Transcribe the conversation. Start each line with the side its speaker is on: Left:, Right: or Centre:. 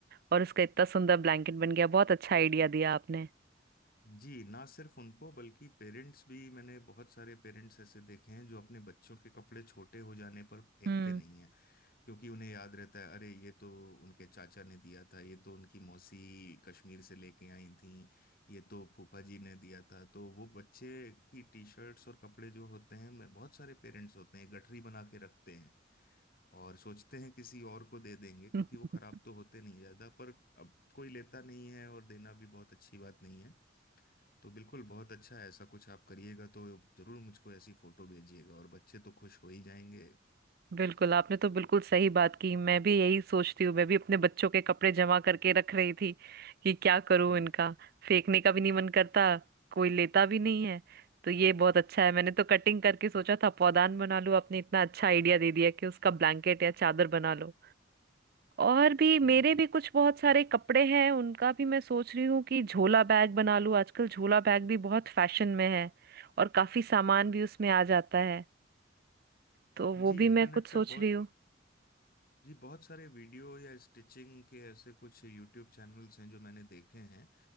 Right: और उसका इतना सुंदर ब्लैंकेट बन गया बहुत अच्छा आइडिया दिया आपने
Left: जी ना सिर्फ उनको बल्कि पेरेंट्स भी मैंने बहुत सारे पेरेंट्स ऐसे देखे हैं जो अपने बच्चों के कपड़े छोटे हो जाने पर फेंकते
Right: हम्म
Left: नहीं क्योंकि उन्हें याद रहता है अरे ये तो उनके चाचा ने दिया था ये तो उनकी मौसी कश्मीर से लेके आई थी ये तो फूफा जी ने दिया था तो वो बच्चे की टी शर्ट्स और कपड़े जो होते हैं मैं बहुत सारे पेरेंट्स होते हैं गठरी बना के रखते हैं और सोचते हैं किसी और को दे देंगे क्योंकि
Right: <laughs>
Left: वो खराब तो होते नहीं ज्यादा पर अब कोई लेता नहीं है और देना भी बहुत अच्छी बात नहीं है तो बिल्कुल बहुत अच्छा है ऐसा कुछ आप करिएगा तो जरूर मुझको ऐसी फोटो भेजिएगा और बच्चे तो खुश हो ही जाएंगे
Right: बिल्कुल आपने तो बिल्कुल सही बात की मैं भी यही सोचती हूँ मैं भी अपने बच्चों के कपड़े जमा करके रख रही थी कि क्या करूँ
Left: हम्म,
Right: इनका फेंकने का भी नहीं मन करता कोई लेता भी नहीं है तो ये बहुत अच्छा है मैंने तो कटिंग करके सोचा था पौधान बना लूँ आपने इतना अच्छा आइडिया दे दिया कि उसका ब्लैंकेट या चादर बना लो और भी मेरे
Left: जी
Right: भी कुछ बहुत सारे कपड़े हैं उनका भी मैं सोच रही हूँ कि झोला बैग बना लूँ आजकल झोला बैग भी बहुत फैशन में है और काफी सामान भी उसमें आ जाता है तो वो
Left: जी
Right: भी
Left: इंटरनेट
Right: मैं कुछ सोच
Left: पे बहुत
Right: रही हूँ
Left: जी बहुत सारे वीडियो या स्टिचिंग के ऐसे कुछ यूट्यूब चैनल्स हैं जो मैंने देखे हैं